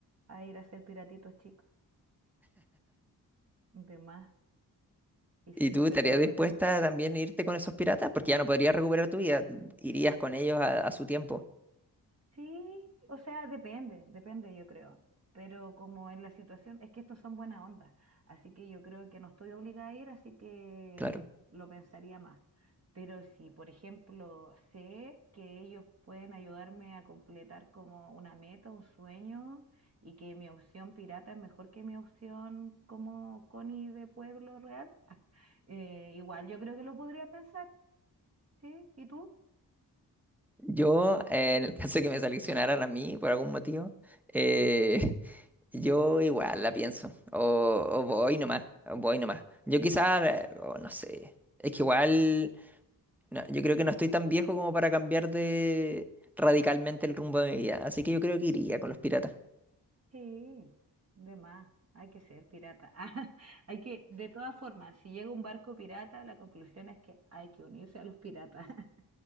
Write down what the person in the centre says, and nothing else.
¿Y
tú estarías
dispuesta también a irte con esos piratas? Porque ya no podrías recuperar tu vida, irías con ellos a, a su tiempo,
claro.
Yo, eh, en el caso de que me seleccionaran a mí por algún motivo, eh, <laughs> yo igual la pienso, o, o voy nomás, o voy nomás. Yo quizás, eh, o no sé, es que igual... No, yo creo que no estoy tan viejo como para cambiar de radicalmente el rumbo de mi vida, así que yo creo que iría con los piratas.